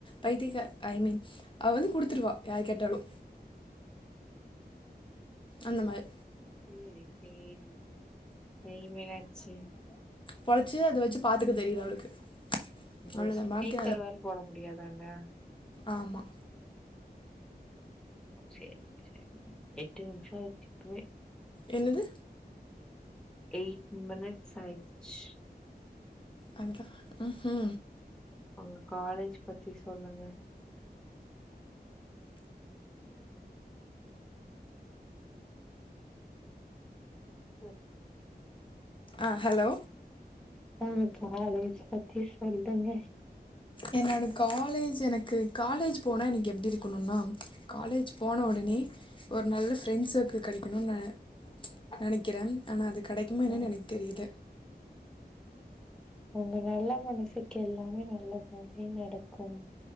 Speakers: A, on the left (about 30°); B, in the centre.
A: பைத்தியகார் ஐ மீன் அவ வந்து குடுத்துருவா யார் கேட்டாலு அந்த மார்
B: சேரி சேரி டை வேறாச்சி
A: பொழச்சு அத வச்சி பாத்துக்க தெரியல அவளுக்கு அவ்வளோதான்
B: ஓ ஸ்பீக்கர்
A: பாக்கி
B: வேற போட முடியாதாங்க
A: ஆமா
B: சேரிங்க சேரிங்க எட்டு நிம்ஷோ ஆய்ர்ச்சி இப்பவே
A: என்னது
B: எய்ட் மெனிட்ஸ் ஆய்ச்சி
A: அதுதா அஹ் ஹா
B: ஒங்க காலேஜ் பத்தி சொல்லுங்க ம்
A: அஹ் ஹலோ
B: ஒங்க காலேஜ் பத்தி சொல்லுங்க
A: என்னோட காலேஜ் எனக்கு காலேஜ் போனா எனக்கு எப்டி இருக்கணுன்னா காலேஜ் போன
B: ம்
A: ஒடனே ஒர் நல்ல ஃப்ரெண்ட்ஸ் சர்குள் கெடைக்கணு நெ நெனைக்கிறம் ஆனா அதுக் கெடைக்குமா என்னனு
B: ம்
A: எனக் தெரியல
B: உங்க நல்ல மனசுக்கு எல்லாமே நல்லதாவே நடக்கும்